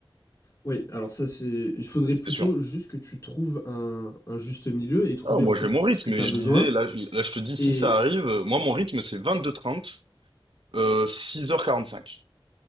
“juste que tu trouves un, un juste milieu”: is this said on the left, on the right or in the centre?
Left